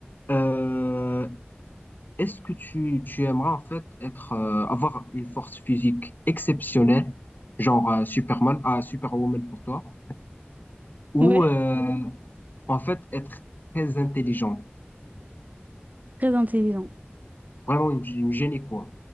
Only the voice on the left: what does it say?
Euh, est-ce que tu, tu aimerais en fait être, euh, avoir une force physique exceptionnelle, genre euh, Superman, ah, Superwoman pour toi, ou
euh, en fait être très intelligente?
Vraiment une, une génie, quoi.